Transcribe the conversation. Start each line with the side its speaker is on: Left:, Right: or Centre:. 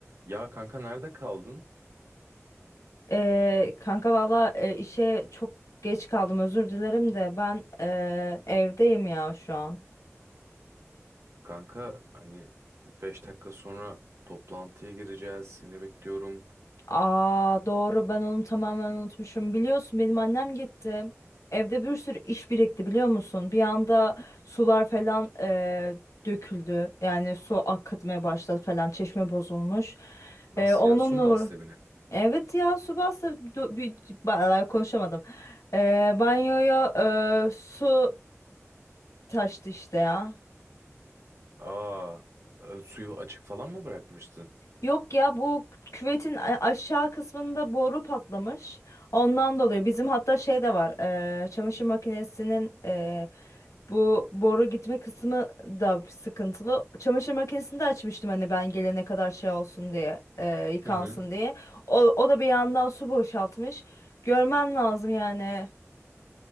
Right: Ya kanka nerede kaldın?
Left: Ee, kanka valla e, işe çok geç kaldım özür dilerim de ben e, evdeyim ya şu an.
Right: Kanka hani 5 dakika sonra toplantıya gireceğiz. Seni bekliyorum.
Left: Aa doğru ben onu tamamen unutmuşum. Biliyorsun benim annem gitti. Evde bir sürü iş birikti biliyor musun? Bir anda sular falan e, döküldü. Yani su akıtmaya başladı falan çeşme bozulmuş.
Right: Nasıl
Left: E, onunla
Right: ya? Su mu bastı evine?
Left: Evet ya su bastı Du- bir- ba- konuşamadım. Ee, banyoya e, su taştı işte ya.
Right: Aa, e, suyu açık falan mı bırakmıştın?
Left: Yok ya bu küvetin a- aşağı kısmında boru patlamış. Ondan dolayı bizim hatta şey de var. eee, çamaşır makinesinin eee, bu boru gitme kısmı da sıkıntılı. Çamaşır makinesini de açmıştım hani ben gelene kadar şey olsun diye, eee, yıkansın
Right: Hı hı.
Left: diye. O, o da bir yandan su boşaltmış. Görmen lazım yani.